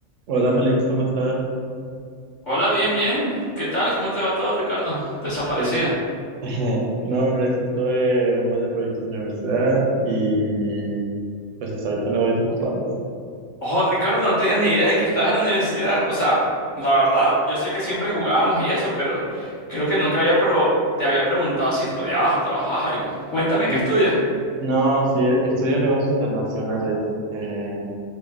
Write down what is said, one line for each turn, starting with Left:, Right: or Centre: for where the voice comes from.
Right: Hola Félix, ¿cómo estás?
Left: Hola, bien, bien. ¿Qué tal? ¿Cómo te va todo, Ricardo? Desaparecido.
Right: Eh, <laughs> no, hombre, es que estuve un buen de proyectos en la universidad y pues hasta ahorita me voy desocupando.
Left: Ojo, Ricardo, no tenía ni idea de que estabas en la universidad. O sea, la verdad, yo sé que siempre jugábamos y eso, pero creo que nunca había pro- te había preguntado si estudiabas o trabajabas algo. Cuéntame
Right: Y,
Left: qué estudias.
Right: no, sí, estudio negocios internacionales. eh,